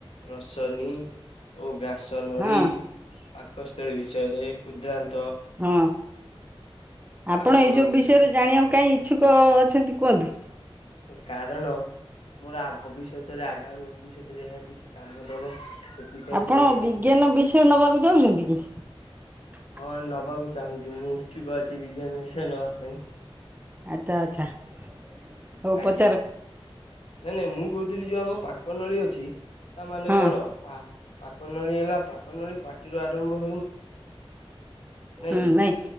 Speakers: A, on the left; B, on the right.
A: ରସନି ଓ ଗ୍ରାସ ନଳୀ
B: ହଁ
A: ପାଖ କସ ତଳେ ବିଷୟରେ ଖୁଦ୍ରନ୍ତ
B: ହଁ ଆପଣ
A: ପାକ
B: ଏଇସବୁ
A: ଗ୍ରନ୍ଥି
B: ବିଷୟରେ ଜାଣିବାକୁ କାଇହିଁ ଇଚ୍ଛୁକ ଅଛନ୍ତି କୁହନ୍ତୁ।
A: କାରଣ ମୋର ଆ ଭବିଷ୍ୟତରେ ଆଗାମୀ ଭବିଷ୍ୟତରେ ଏହା କିଛି କାମ ଦବ ସେଥିପାଇଁ
B: ଆପଣ
A: ମୁଁ ଏହା
B: ବିଜ୍ଞାନ ବିଷୟରେ ନେବାକୁ ଚାହୁଛନ୍ତି କି ।
A: ହଁ ନବାକୁ ଚାହୁଁଛି ମୁଁ ଉତ୍ସୁକ ଅଛି ବିଜ୍ଞାନ ବିଷୟ ନବା ପାଇଁ ।
B: ଆଚ୍ଛା ଆଚ୍ଛା ଆଉ ହଉ
A: ଆଜ୍ଞା।
B: ପଚାର।
A: ନାଇଁ ନାଇଁ ମୁଁ କହୁଥିଲି ଯୋଉ ଆମ ପାକ ନଳୀ ଅଛି ତା ମାନେ
B: ହଁ।
A: କଣ ପା । ପାକ ନଳି ହେଲା ପାକ ନଳି ପାଟିରୁ ଆରମ୍ଭ ।
B: ହୁଁ
A: କି
B: ନାଇଁ